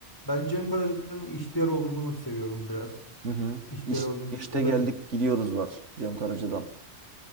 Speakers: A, on the left; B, on the right.
A: Ben Cem Karaca'nın ihtiyar olduğumu seviyorum biraz.
B: Hı hı.
A: İhtiyar
B: İş,
A: oldum.
B: işte
A: O da
B: geldik
A: güzel.
B: gidiyoruz var Cem Karaca'dan.